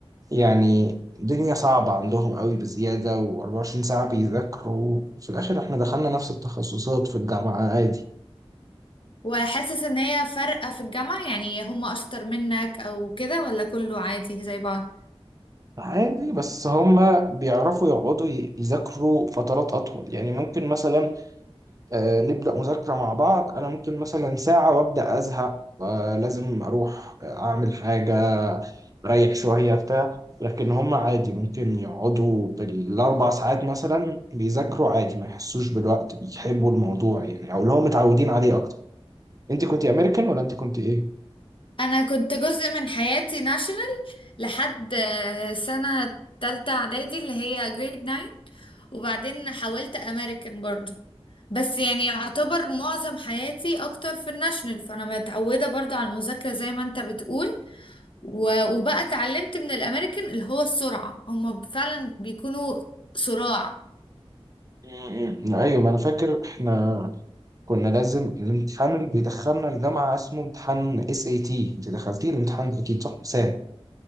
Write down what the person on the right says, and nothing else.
يعني الدنيا صعبة عندهم قوي بزيادة و24 ساعة بيذاكروا في الآخر إحنا دخلنا نفس التخصصات في الجامعة عادي.
عادي بس هما بيعرفوا يقعدوا ي- يذاكروا فترات أطول يعني ممكن مثلا آه، نبدأ مذاكرة مع بعض أنا ممكن مثلا ساعة وأبدأ أزهق آه، لازم أروح أعمل حاجة ريح شوية بتاع لكن هما عادي ممكن يقعدوا بالأربع ساعات مثلا بيذاكروا عادي ما يحسوش بالوقت بيحبوا الموضوع يعني أو اللي هم متعودين عليه أكتر أنت كنت أمريكان ولا أنت كنت إيه؟
م- م. أيوة ما أنا فاكر إحنا كنا لازم الامتحان اللي بيدخلنا الجامعة اسمه امتحان اس اي تي انت دخلتيه الامتحان ده اكيد صح سات